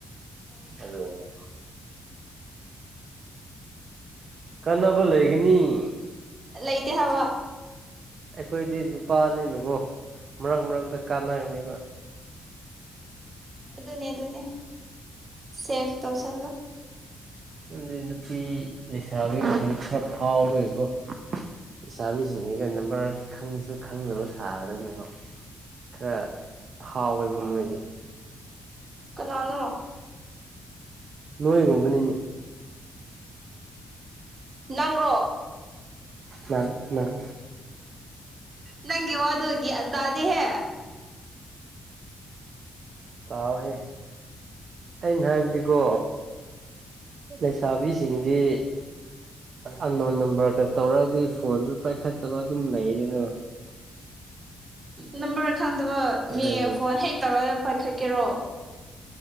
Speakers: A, on the right; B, on the right.
A: ꯑꯗꯨꯒꯅꯦ ꯀꯥꯟꯅꯕ ꯂꯩꯒꯅꯤ <inaudible>
B: ꯂꯩꯇꯦ ꯍꯥꯏꯕ
A: ꯑꯩꯈꯣꯏꯗꯤ ꯅꯨꯄꯥꯅꯤꯅꯕꯀꯣ ꯃꯔꯛ ꯃꯔꯛꯇ ꯀꯥꯟꯅꯒꯅꯤꯕ
B: ꯑꯗꯨꯅꯦ ꯑꯗꯨꯅꯦ ꯁꯦꯐ ꯇꯧꯁꯜꯂꯣ
A: ꯗꯤ ꯅꯨꯄꯤ ꯂꯩꯁꯥꯕꯤꯁꯤꯡꯅ ꯈꯔ ꯐꯥꯎꯕꯒꯤꯀꯣ ꯂꯩꯁꯥꯕꯤꯁꯤꯡꯁꯤꯒ ꯅꯝꯕꯔ ꯈꯪꯁꯨ ꯈꯪꯗꯕ ꯁꯔꯒꯅꯦꯀꯣ ꯈꯔ ꯐꯥꯎꯋꯦꯕ ꯃꯣꯏꯗꯤ
B: ꯀꯅꯥꯅꯣ
A: ꯅꯣꯏꯒꯨꯝꯕꯅꯤꯅꯦ
B: ꯅꯪꯔꯣ
A: ꯅꯪ ꯅꯪ
B: ꯅꯪꯒꯤ ꯋꯗꯨꯗꯤ ꯒꯌ꯭ꯥꯟ ꯇꯥꯗꯦꯍꯦ
A: ꯇꯥꯎꯋꯦ ꯑꯩꯅ ꯍꯥꯏꯕꯗꯤꯀꯣ ꯂꯩꯁꯥꯕꯤꯁꯤꯡꯁꯤ ꯑꯟꯅꯣꯟ ꯅꯝꯕꯔꯗ ꯇꯧꯔꯗꯤ ꯐꯣꯟꯁꯨ ꯄꯥꯏꯈꯠꯇꯕ ꯑꯗꯨꯝ ꯂꯩꯗꯅ
B: ꯅꯝꯕꯔ ꯈꯪꯗꯕ
A: ꯑꯗꯨꯅꯤ
B: ꯃꯤ ꯐꯣꯟ ꯍꯦꯛ ꯇꯧꯔꯒ ꯄꯥꯏꯈꯠꯀꯦꯔꯣ